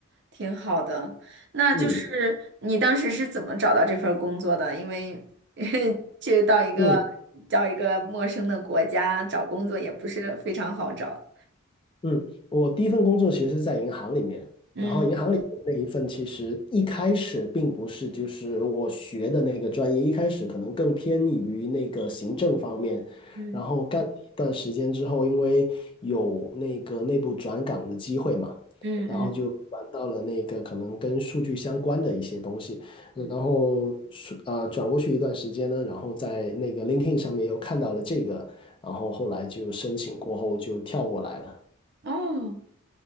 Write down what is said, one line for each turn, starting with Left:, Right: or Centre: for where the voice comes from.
Right: 挺好的。那就是你当时是怎么找到这份儿工作的？
Left: 嗯
Right: 因为 <laughs> 去到一个
Left: 嗯，
Right: 到一个陌生的国家找工作也不是非常好找。
Left: 嗯，我第一份工作其实是在银行里面，
Right: 嗯。
Left: 然后银行里面那一份其实一开始并不是就是我学的那个专业，一开始可能更偏于那个行政方面，
Right: 嗯
Left: 然后干了一段时间之后，因为有那个内部转岗的机会嘛，
Right: 嗯嗯
Left: 然后就转到了那个可能跟数据相关的一些东西，然后是呃转过去一段时间呢，
Right: 嗯，
Left: 然后在那个 LinkedIn 上面又看到了这个，然后后来就申请过后就跳过来了。
Right: 哦，